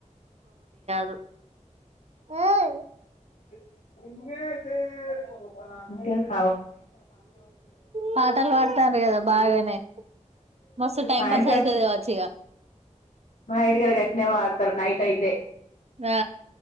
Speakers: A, on the right; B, on the left.
A: ధు ఉమ్
B: ఇంకా
A: పాటలు పాడతాను కదా బాగానే మస్తు టైం
B: మా
A: పాస్
B: ఇంటికాడ
A: అయితది కావచ్చు ఇగ
B: మా ఇంటికాడ కట్నే వాడతార నైట్ అయితే
A: ఆ